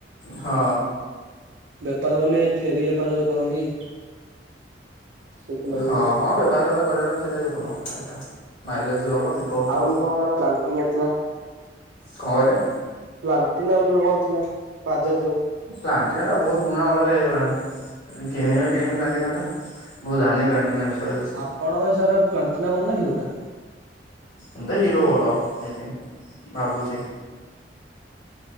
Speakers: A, on the left (about 80°); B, on the right (about 75°).
A: ହଁ।
B: ବେପାର ବୋଲି ଏଇ ଫେରି ବେପାର ଯୋଉ କରନ୍ତି। ସେଇଥିରେ ଲଗେଇବୁ
A: ହଁ ହଁ। ବେପାର ଫେପାର କରିବା ପାଇଁ ସେଇଟା ବି ଭଲ ଏଇଟା। ମାଇଲେଜ ବି ଭଲ ପିକଅପ୍ ଭଲ
B: ଆଉ କଣ ଗୋଟେ ପ୍ଲାଣ୍ଟିନ ଥିଲା?
A: କଣ କହିଲେ?
B: ପ୍ଲାଣ୍ଟିନା ବୋଲି ଗୋଟେ କଣ ଥିଲା, ବାଜାଜର?
A: ପ୍ଲାଣ୍ଟିନାଟା ବହୁତ ପୁରୁଣା ମଡେଲ ହେଇଗଲାଣି, ଯଦି କିଣିବେ କିଣିବେ ପ୍ଲାଣ୍ଟିନାଟା। ମୁଁ ଜାଣିନି ପ୍ଲାଣ୍ଟିନା ବିଷୟରେ ବେଶୀ।
B: ଆପଣଙ୍କ ହିସାବରେ ପ୍ଲାଣ୍ଟିନା ଭଲ ନା ହିରୋ ଟା?
A: ଏମତି ହିରୋ ଭଲ ଆଇ ଥିଙ୍କ ଭାବୁଚି।